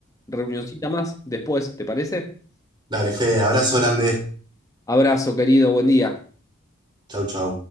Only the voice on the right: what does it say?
dale, Fede, abrazo grande.
Chau, chau.